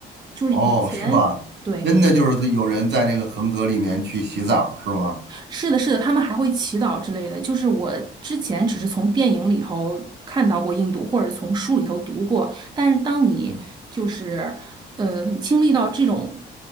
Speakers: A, on the right; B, on the right.
A: 就是以前。
B: 哦，是吧？
A: 对，
B: 真的就是有人在那个恒河里面去洗澡，是吗？
A: 是的，是的，他们还会祈祷之类的。就是我之前只是从电影里头看到过印度，
B: 嗯
A: 或者从书里头读过，但是当你就是呃经历到这种
B: 嗯